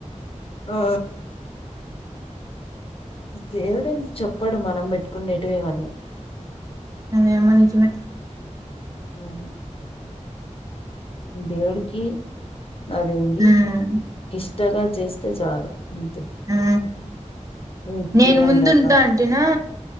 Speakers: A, on the left; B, on the right.
A: ఆ దేవుడేం చెప్పడు మనం పెట్టుకునేటివే ఇవన్నీ
B: అదేమో నిజమే
A: అ <unintelligible> దేవుడికి అదేంది
B: ఉమ్
A: <unintelligible> గ చేస్తే చాలు అంతే
B: ఆ
A: ఇట్లే
B: నేను ముందుంటాంటినా
A: ఉండాల